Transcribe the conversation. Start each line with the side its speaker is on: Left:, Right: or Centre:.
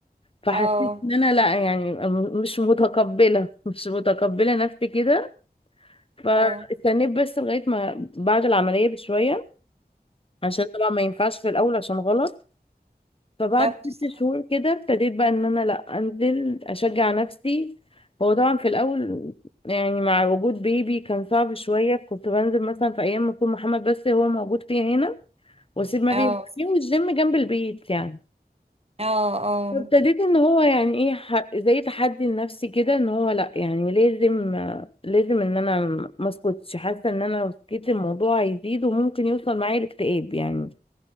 Left: فحسيت
Right: اه
Left: ان انا لا يعني م- مش متقبله مش متقبله نفسي كده فاستنيت
Right: اه
Left: بس لغايه ما بعد العمليه بشويه عشان طبعا ما ينفعش في الاول عشان غلط فبعد
Right: بالظبط
Left: ست
Right: صح
Left: شهور كده ابتديت بقى ان انا لا انزل اشجع نفسي هو طبعا في الاول يعني مع وجود بيبي كان صعب شويه كنت بنزل مثلا في ايام ما يكون محمد بس هو موجود فيها هنا واسيب ما
Right: اه
Left: بيه والجيم جنب البيت يعني
Right: اه اه
Left: فابتديت ان هو يعني ايه ح- زي تحدي لنفسي كده ان هو لا يعني لازم لازم ان انا ما اسكتش حاسه ان انا لو سكت الموضوع هيزيد وممكن يوصل معايا الاكتئاب يعني